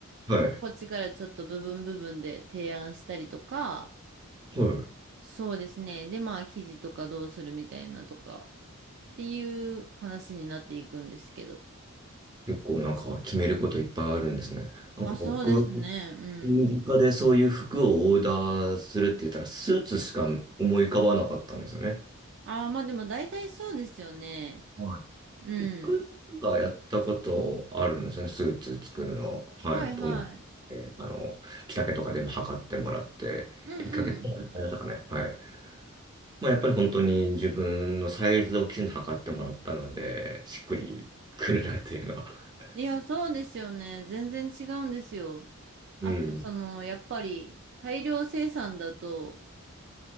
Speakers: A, on the right; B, on the right.
A: はい。
B: まあ、こっちからちょっと部分部分で提案したりとか、
A: はい。
B: そうですね。で、まあ、記事とかどうするみたいなとかっていう話になっていくんですけど。
A: 結構なんか決めることいっぱいあるんですね。なんか僕
B: あ、そうですね。うん。
A: 身近でそういう服をオーダーするって言ったら、スーツしか思い浮かばなかったんですよね。
B: ああ、まあでも大体そうですよね。
A: は
B: うん。
A: い。一回がやったことあるんですね、スーツ作るの。はい。
B: はいはい。
A: と思って、あの、着丈とか全部測ってもらって、
B: うんうん。
A: 1ヶ月やりましたかね。はい。まあ、やっぱり本当に自分のサイズをきちんと測ってもらったので、しっくりくるなっていうのは。
B: いや、そうですよね。全然違うんですよ。あと、
A: うん。
B: その、やっぱり大量生産だと、